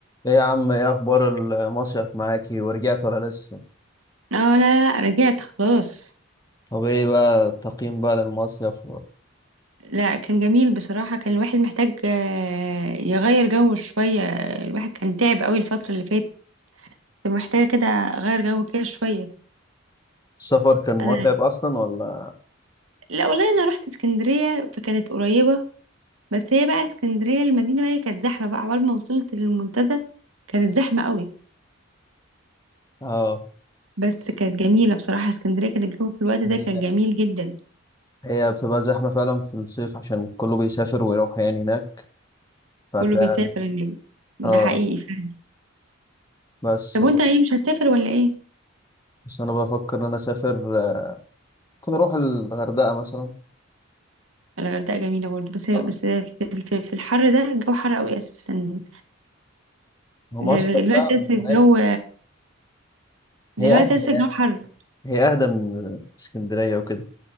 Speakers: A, on the left; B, on the right.
A: ايه يا عم ايه اخبار المصيف معاكي ورجعت ولا لسه
B: اه لا لا لا رجعت خلاص
A: طب ايه بقى التقييم بقى للمصيف
B: لا كان جميل بصراحة كان الواحد محتاج آه، يغير جو شوية الواحد كان تعب قوي الفترة اللي فاتت محتاجة كده أغير جو كده شوية
A: السفر كان متعب
B: أنا
A: اصلا ولا
B: لا والله أنا رحت اسكندرية فكانت قريبة بس هي بقى اسكندرية المدينة بقى هي كانت زحمة بقى عقبال ما وصلت للمنتزه كانت زحمة قوي
A: اه
B: بس كانت جميلة بصراحة اسكندرية كان الجو في الوقت ده
A: هي
B: كان جميل جدا
A: هي بتبقى زحمة فعلا في الصيف عشان كله بيسافر ويروح يعني هناك فهتلاقي
B: كله بيسافر النجم ده
A: اه
B: حقيقي فعلا
A: بس
B: طب وانت ايه مش هتسافر ولا ايه؟
A: بس انا بفكر ان انا اسافر آه، ممكن اروح الغردقة مثلا
B: الغردقة جميلة برضو بس بس
A: آه.
B: في, في, في الحر ده الجو حر قوي أساسا
A: هو
B: دلوقتي
A: مصيف بقى من
B: أساسا الجو
A: هناك
B: دلوقتي
A: هي اهدى
B: أساسا الجو حر
A: هي اهدى من اسكندرية وكده